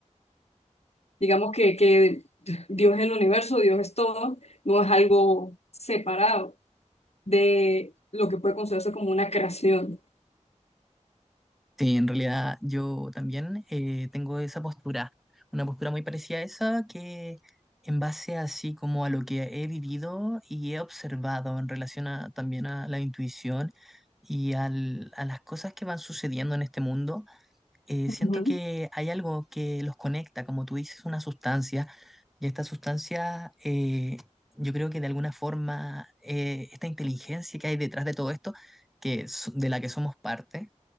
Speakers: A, on the left; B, in the centre.
A: digamos que, que Dios es el universo, Dios es todo, no es algo separado de lo que puede considerarse como una creación.
B: Sí, en realidad yo también eh, tengo esa postura, una postura muy parecida a esa que en base así como a lo que he vivido y he observado en relación a, también a la intuición y al- a las cosas que van sucediendo en este mundo. eh, siento
A: Ujú.
B: que hay algo que los conecta, como tú dices, una sustancia, y esta sustancia, eh, yo creo que de alguna forma, eh, esta inteligencia que hay detrás de todo esto, que es- de la que somos parte,